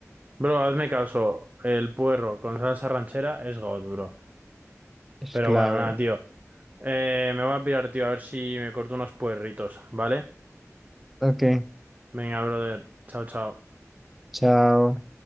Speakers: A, on the right (about 30°); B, in the centre.
A: Bro, hazme caso. El puerro con salsa ranchera es god, bro.
B: Es
A: Pero
B: clave.
A: bueno, nada, tío. Eh, me voy a pirar, tío, a ver si me corto unos puerritos, ¿vale?
B: Ok,
A: Venga, brother. Chao, chao.
B: chao.